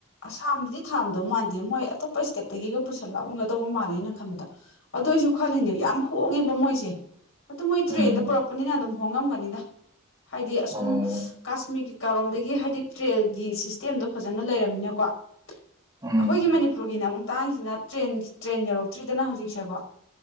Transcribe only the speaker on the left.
ꯑꯁꯥꯝꯗꯗꯤ ꯊꯥꯔꯝꯗꯧ ꯃꯥꯟꯗꯦ ꯃꯣꯏ ꯑꯇꯣꯞꯄ ꯏꯁꯇꯦꯠꯇꯒꯤꯒ ꯄꯨꯁꯜꯂꯛꯑꯝꯒꯗꯧꯕ ꯃꯥꯜꯂꯦ ꯑꯩꯅꯥ ꯈꯟꯕꯗ ꯑꯗꯨ ꯑꯩꯁꯨ ꯈꯜꯂꯤꯅꯦ ꯌꯥꯝ ꯍꯣꯡꯉꯦꯕ ꯃꯣꯏꯁꯦ ꯑꯗꯨ ꯃꯣꯏ ꯇ꯭ꯔꯦꯟꯗ
ꯄꯨꯔꯛꯄꯅꯤꯅ ꯑꯗꯨꯝ ꯍꯣꯡꯉꯝꯒꯅꯤꯗ ꯍꯥꯏꯗꯤ ꯑꯁꯨꯝ
ꯀꯥꯁꯃꯤꯔꯒꯤ ꯀꯥꯔꯣꯝꯗꯒꯤ ꯍꯥꯏꯗꯤ ꯇ꯭ꯔꯦꯜꯒꯤ ꯁꯤꯁꯇꯦꯝꯗꯣ ꯐꯖꯅ ꯂꯩꯔꯝꯃꯤꯅꯀꯣ ꯑꯩꯈꯣꯏꯒꯤ
ꯃꯅꯤꯄꯨꯔꯒꯤꯅꯦ ꯑꯃꯨꯛ ꯇꯥꯡꯁꯤꯅ ꯇ꯭ꯔꯦꯟ ꯇ꯭ꯔꯦꯟ ꯌꯧꯔꯛꯇ꯭ꯔꯤꯗꯅ ꯍꯧꯖꯤꯛꯁꯦꯀꯣ